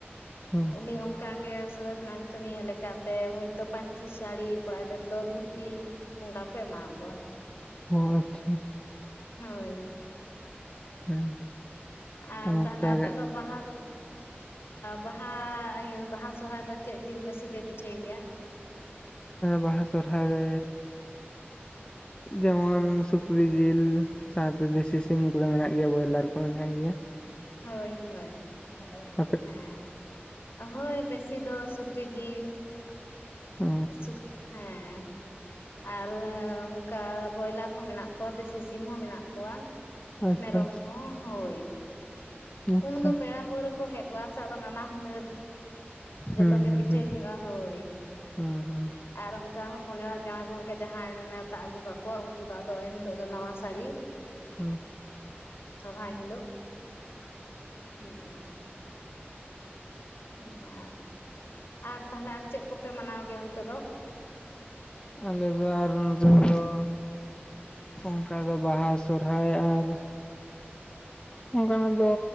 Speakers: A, on the left; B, on the left.
A: ᱦᱮᱸ
B: ᱩᱱᱤ ᱚᱝᱠ- ᱠᱟᱜ ᱜᱮᱥ ᱥᱚᱨᱮᱥ ᱱᱟᱪᱚᱱᱤᱭᱟᱹ ᱞᱮᱠᱟ ᱛᱮ ᱦᱳᱭ ᱛᱳ ᱯᱟᱹᱧᱪᱤ ᱥᱟᱲᱤ ᱠᱚᱲᱟ ᱜᱤᱫᱟᱹᱨ ᱫᱚ ᱫᱷᱩᱛᱤ᱾ ᱚᱝᱠᱟ ᱠᱚ ᱮᱢᱟ ᱟᱠᱚᱣᱟ᱾
A: ᱚ ᱟᱪᱷᱟ ᱟᱪᱷᱟ
B: ᱦᱳᱭ᱾
A: ᱦᱮᱸ
B: ᱟᱨ
A: ᱚᱱᱠᱟᱜᱮ
B: ᱛᱟᱦᱞᱮ ᱟᱯᱮ ᱫᱚ ᱵᱟᱦᱟ- ᱵᱟᱦᱟ ᱤᱭᱟᱹ ᱵᱟᱦᱟ ᱥᱚᱦᱨᱟᱭ ᱫᱚ ᱪᱮᱫ ᱡᱤᱞ ᱵᱮᱥᱤ ᱯᱮ ᱯᱤᱴᱷᱟᱹᱭ ᱜᱮᱭᱟ?
A: ᱵᱟᱦᱟ ᱥᱚᱨᱦᱟᱭ ᱨᱮ ᱡᱮᱢᱚᱱ ᱥᱩᱠᱨᱤ ᱡᱤᱞ, ᱥᱟᱶᱛᱮ ᱫᱮᱥᱤ ᱥᱤᱢ ᱠᱚᱫᱚ ᱢᱮᱱᱟᱜ ᱜᱮᱭᱟ ᱵᱚᱭᱞᱟᱨ ᱠᱚ ᱢᱮᱱᱟᱜ ᱜᱮᱭᱟ᱾
B: ᱦᱳᱭ ᱦᱳᱭ᱾
A: <inaudible>
B: ᱦᱮᱸ ᱚᱦᱳᱭ ᱵᱮᱥᱤ ᱫᱚ ᱥᱩᱠᱨᱤ ᱡᱤᱞ᱾
A: ᱚ
B: ᱥᱩᱠ ᱦᱮᱸ᱾ ᱟᱨ ᱚᱝᱠᱟ ᱵᱚᱭᱞᱟᱨ ᱦᱚᱸ ᱢᱮᱱᱟᱜ ᱠᱚᱣᱟ ᱫᱮᱥᱤ ᱥᱤᱢ ᱦᱚᱸ ᱢᱮᱱᱟᱜ ᱠᱚᱣᱟ᱾
A: ᱟᱪᱪᱷᱟ
B: ᱢᱮᱨᱚᱢ ᱦᱚᱸ ᱦᱳᱭ᱾
A: ᱟᱪᱪᱷᱟ
B: ᱩᱱᱫᱚ ᱯᱮᱲᱟ ᱯᱟᱹᱣᱨᱟᱹ ᱠᱚ ᱦᱮᱡ ᱠᱚᱜᱼᱟ ᱥᱮ ᱟᱫᱚ ᱱᱟᱱᱟ ᱦᱩᱱᱟᱹᱨ ᱡᱚᱛᱚ
A: ᱦᱩᱸ
B: ᱜᱮ
A: ᱦᱩᱸ
B: ᱯᱤᱴᱷᱟᱹᱭ
A: ᱦᱩᱸ
B: ᱦᱩᱭᱩᱜᱼᱟ ᱦᱳᱭ᱾
A: ᱦᱩᱸ ᱦᱩᱸ
B: ᱟᱨ ᱚᱝᱠᱟ ᱦᱚᱯᱚᱱ ᱮᱨᱟ ᱡᱟᱶᱟᱭ ᱜᱚᱝᱠᱮ ᱡᱟᱦᱟᱸᱭ ᱱᱮᱶᱛᱟ ᱟᱹᱜᱩ ᱠᱟᱠᱚᱣᱟ ᱩᱱᱠᱩ ᱫᱚ ᱟᱫᱚ ᱮᱱᱦᱤᱞᱳᱜ ᱫᱚ ᱱᱟᱣᱟ ᱥᱟᱲᱤ-
A: ᱦᱩᱸ
B: ᱛᱚᱦᱚᱨᱟᱭ ᱦᱤᱞᱳᱜ᱾ <unintelligible> ᱦᱩᱜ ᱩ᱾ ᱟᱧᱪᱷᱟ ᱟᱨ ᱛᱟᱦᱮᱞᱮ ᱟᱨ ᱪᱮᱫ ᱠᱚᱯᱮ ᱢᱟᱱᱟᱣ ᱜᱮᱭᱟ ᱚᱱᱛᱮ ᱫᱚ?
A: ᱟᱞᱮ ᱫᱚ ᱟᱨ ᱱᱚᱛᱮ ᱫᱚ ᱚᱝᱠᱟ ᱫᱚ ᱵᱟᱦᱟ ᱥᱚᱨᱦᱟᱭ ᱟᱨ ᱚᱝᱠᱟᱱᱟᱜ ᱫᱚ